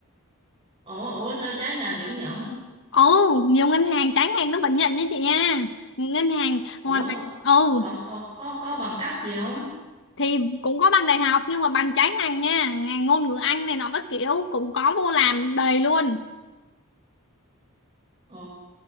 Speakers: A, on the right; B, on the left.
A: ủa ủa sao trái ngành vẫn nhận
B: Ồ, nhiều ngân hàng trái ngành nó vẫn nhận nha chị nha. Ngân hàng
A: ủa
B: ngoài ngành ừ
A: học học có có bằng cấp gì không
B: thì cũng có bằng đại học nhưng mà bằng trái ngành nha ngành ngôn ngữ Anh này nó các kiểu cũng có vô làm đầy luôn
A: ồ